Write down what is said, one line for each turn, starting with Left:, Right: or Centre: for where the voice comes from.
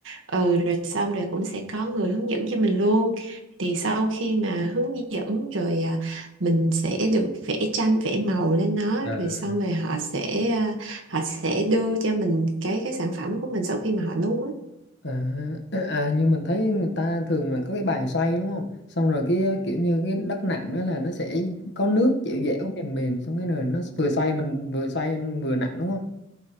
Right: ừ rồi xong rồi cũng sẽ có người hướng dẫn cho mình luôn thì sau khi mà hướng dẫn rồi à, mình sẽ được vẽ tranh vẽ màu lên nó
Left: à.
Right: rồi xong rồi họ sẽ à, họ sẽ đưa cho mình cái cái sản phẩm của mình sau khi mà họ nung á
Left: À, <clears throat> à, à, như mình thấy người ta thường là có cái bàn xoay đúng không? Xong rồi cái kiểu như cái đất nặng đó là nó sẽ có nước dẻo dẻo mềm mềm xong cái rồi nó vừa xoay mình vừa xoay vừa nặng đúng không?